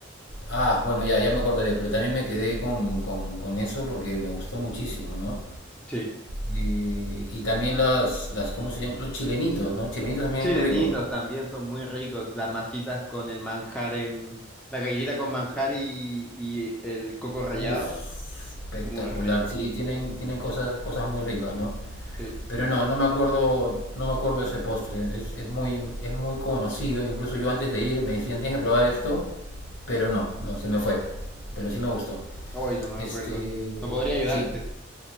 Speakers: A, on the left; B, in the centre.
A: Ah, bueno, ya, ya me acordaré, pero también me quedé con, con- con eso porque me gustó muchísimo, ¿no?
B: sí.
A: Eh, y también las, las, ¿cómo se llaman? Los chilenitos, ¿no? Chilenitos también
B: Chilenitos
A: muy ricos.
B: también son muy ricos. Las masitas con el manjar en... La galletita con manjar y, y el coco rallado.
A: Uf, espectacular.
B: Muy rico.
A: Sí, tienen, tienen cosas, cosas muy ricas, ¿no?
B: Sí.
A: Pero no, no me acuerdo, no me acuerdo ese postre. Es, es muy, es muy conocido. Incluso yo antes de ir me decían, tienes que probar esto, pero no, no, se me fue. Pero sí me gustó.
B: Hoy no me
A: Este,
B: acuerdo. No podría ayudarte.
A: sí.